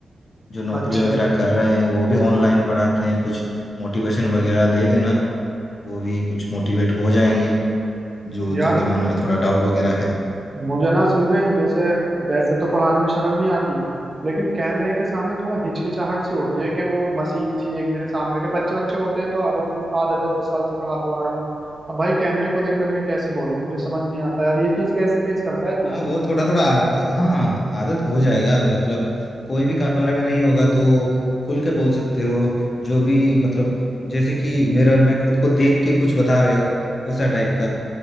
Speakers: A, on the left; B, on the right.
A: जो नौकरी
B: अच्छा
A: वगैरह कर रहे हैं वो भी ऑनलाइन पढ़ाते हैं कुछ मोटिवेशन वगैरह दे देना वो भी कुछ मोटिवेट हो जाएंगे जो
B: यार
A: जिनके मन में थोड़ा डाउट वगैरह है
B: मुझे ना असल में जैसे वैसे तो पढ़ाने में शर्म नहीं आती लेकिन कैमरे के सामने थोड़ा हिचकिचाहट सी होती है कि वो मशीन सी एक मेरे सामने के बच्चे बच्चे होते हैं तो आदत आदत है दस साल से पढ़ा तो आ रहा हूँ अब भाई कैमरे को देख करके कैसे बोलूँ मुझे समझ नहीं आता यार ये चीज कैसे फेस करता है तू
A: हाँ वो थोड़ा थोड़ा आद, हाँ आदत हो जाएगा मतलब कोई भी कमरे में नहीं होगा तो खुल के बोल सकते हो जो भी मतलब जैसे कि मिरर में खुद को देख के कुछ बता रहे हो वैसा टाइप का